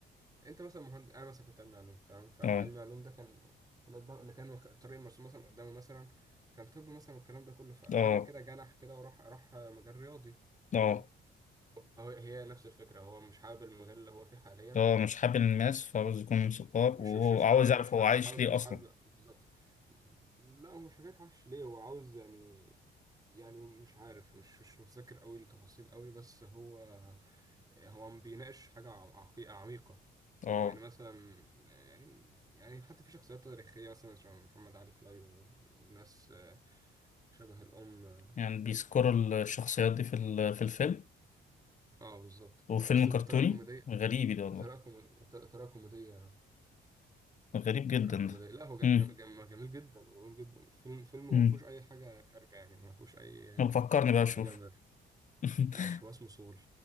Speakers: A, on the right (about 20°); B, on the left (about 40°).
A: انت مثلا مهندس انا مثلا كنت علمي علوم تمام فعلمي
B: اه
A: علوم ده كان اللي قدام- اللي كان الخ- الطريق المرسوم مثلا قدامه مثلا كان طب مثلا والكلام ده كله ففجأة
B: اه
A: كده جنح كده وراح راح مجال رياضي
B: اه
A: فاهم فهو هي نفس الفكرة هو مش حابب المجال اللي هو فيه حاليا
B: اه مش حابب الماس فعاوز يكون موسيقار
A: مش
B: وهو
A: مش مش
B: عاوز
A: حابب
B: يعرف
A: مش حابب
B: هو عايش
A: مش حابب
B: ليه
A: مش
B: أصلا
A: حابب بالظبط لا هو مش حكاية عش ليه هو عاوز يعني يعني مش عارف مش مش متذكر قوي التفاصيل قوي بس هو هو ما بيناقش حاجة عقي- عميقة
B: اه
A: يعني مثلا يعني يعني حتى في شخصيات تاريخية مثلا شبه محمد علي كلاي و- وناس آه، شبه الأم
B: يعني بيذكروا الشخصيات دي في ال- في الفيلم
A: اه بالظبط
B: وفيلم
A: بس بطريقة
B: كرتوني
A: كوميدية
B: غريب ده والله
A: بطريقة كوم- بطريقة كوميدية
B: غريب جدا
A: تراكم كوميدي
B: ده
A: لا هو جا-
B: امم
A: جا- جا- جميل جدا جميل جدا الفيلم فيلم
B: امم
A: ما فيهوش اي حاجه خارجه يعني ما فيهوش اي
B: طب فكرني بقى أشوف
A: حاجه م-
B: <laughs>
A: ماشي هو اسمه سول